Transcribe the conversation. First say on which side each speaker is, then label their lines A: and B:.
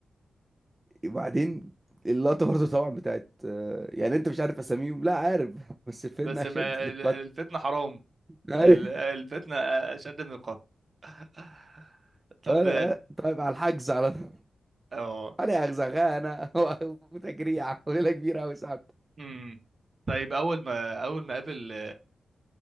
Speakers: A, on the right; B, on the right.
A: وبعدين اللقطة برضه طبعا بتاعت آه، يعني انت مش عارف اساميهم لا عارف <laughs> بس فدنا
B: بس
A: اشد
B: ما
A: من القتل
B: ال- الفتنة حرام
A: ايوه
B: ال- الفتنة اشد من القتل <laughs> طب
A: ولا آه، طيب على الحجز على طول.
B: اه
A: علي اغزغانة <laughs> وتجريع وليلة كبيرة قوي ساعات
B: امم طيب اول ما اول ما قابل